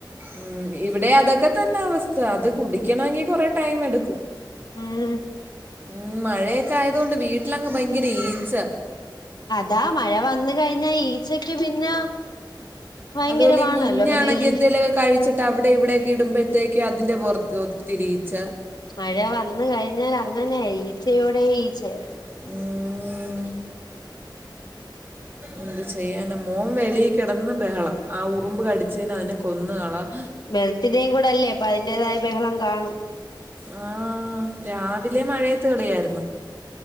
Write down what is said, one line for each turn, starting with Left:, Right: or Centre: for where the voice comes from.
Right: ഉം ഇവിടെ അതൊക്കെ തന്നെ അവസ്ഥ അത് കുടിക്കണമെങ്കി കൊറെ ടൈം എടുക്കും
Left: ഉം
Right: ഉം മഴയൊക്കെ ആയതുക കൊണ്ട് വീട്ടിലങ്ങ് ഈച്ച
Left: അതാ മഴ വന്ന കഴിഞ്ഞാ ഈച്ചക്ക് പിന്നെ ഭയങ്കരമാണല്ലോ
Right: അതുപോലെ ഈ കുഞ്ഞാണെങ്കി
Left: പിന്നെ ഈ
Right: എന്തേലുമൊക്കെ കഴിച്ചിട്ട് അവിടെ ഇവിടെൊക്കെ ഇടുമ്പോഴത്തേക്ക് അതിന്റെ പുറത്ത് ഒത്തിരി ഈച്ച
Left: മഴ വന്ന കഴിഞ്ഞാൽ അങ്ങനെയ ഈച്ചയോടെ ഈച്ചയ
Right: ആ എന്ത് ചെയ്യാന മോൻ വെളിൽ കിടന്ന് ബഹളം ആ ഉറുമ്പ് കടിച്ചേന് അതിനെ കൊന്നുകളളാം
Left: വെർത്തിന്റെയും <unintelligible> കൂടെ അല്ലേ അപ്പൊ അതിന്റേതായ ബഹളം കാണും
Right: ആ രാവിലെ മഴയത്ത് കളിയായിരുന്നു